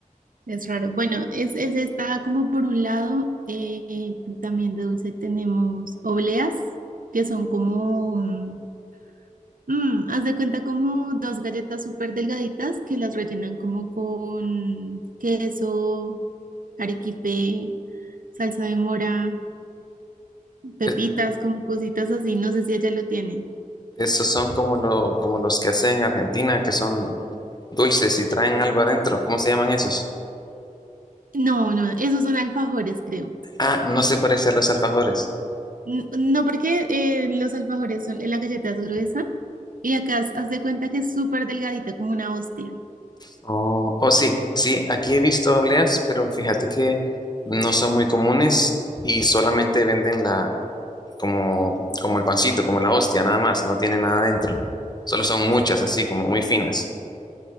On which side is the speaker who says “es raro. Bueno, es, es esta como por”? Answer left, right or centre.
Right